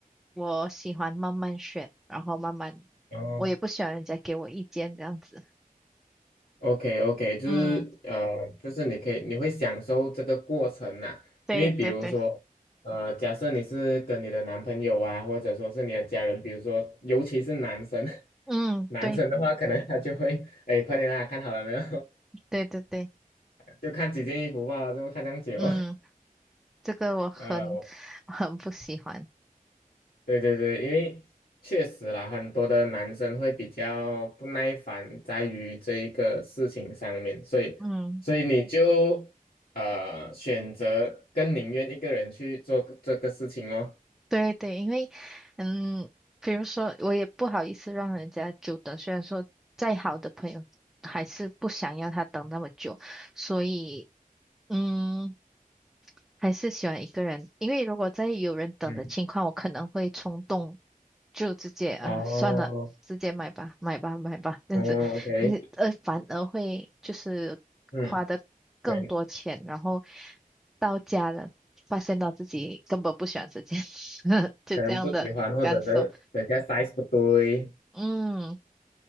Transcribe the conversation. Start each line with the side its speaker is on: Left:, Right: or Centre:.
Centre: 我喜欢慢慢选，然后慢慢，
Left: 哦
Centre: 我也不喜欢人家给我意见这样子。
Left: ，OK OK，就是呃，
Centre: 嗯，
Left: 就是你可以，你会享受这个过程呐、
Centre: 对对对，
Left: 因为比如说，呃，假设你是跟你的男朋友啊，或者说是你的家人，比如说，尤其是男生，
Centre: 嗯，
Left: <laughs> 男生的话，
Centre: 对，
Left: 可能他就会，哎，快点啦，看好了没有？
Centre: 对对对，
Left: <laughs> 就看几件衣服吧，就看这样久。
Centre: 嗯，这个我很很不喜欢。
Left: <laughs> 呃。对对对，因为确实啦，很多的男生会比较不耐烦在于这一个事情上面，所以所以你就呃选择更宁愿一个人去做个这个事情咯。
Centre: 嗯，对对，因为嗯，比如说，我也不好意思让人家久等，虽然说再好的朋友还是不想要他等那么久，所以，嗯。还是喜欢一个人，因为如果在有人等的情况，
Left: 嗯，
Centre: 我可能会冲动，就直接啊算了，
Left: 哦，
Centre: 直接买吧，买吧，买吧，这样子，
Left: 哦，OK，
Centre: 你呃反而会就是花的更多钱，
Left: 嗯，可能
Centre: 然后到家了，发现到自己根本不喜欢这件事，<laughs> 就这样的感受。
Left: 可能不喜欢，或者是等下 size 不对。
Centre: 嗯